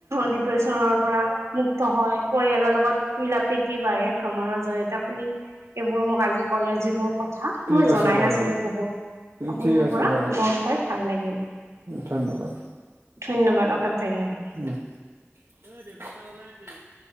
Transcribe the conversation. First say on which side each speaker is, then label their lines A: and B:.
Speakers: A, on the right; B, on the right.
A: ডিপ্ৰেশ্যনৰ পৰা। মুক্ত হয়, পৰিয়ালৰ লগত মিলা প্ৰীতি বাঢ়ে ভ্ৰমণৰ জৰিয়তে আপুনি এইবোৰ মোক আজি কলে যিবোৰ কথা
B: ঠিক
A: মই জনাই
B: আছে বাৰু
A: নাছিলো বহুত আপোনাৰ
B: ঠিক আছে
A: পৰা
B: বাৰু
A: গম পাই ভাল লাগিল।
B: ধন্যবাদ।
A: ধন্যবাদ অষেশ ধন্যবাদ।
B: <unintelligible>